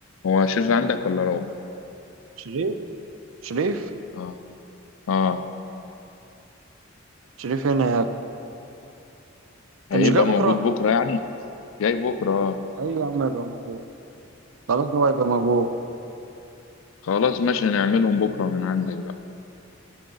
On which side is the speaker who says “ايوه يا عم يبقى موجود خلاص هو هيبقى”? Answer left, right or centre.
Right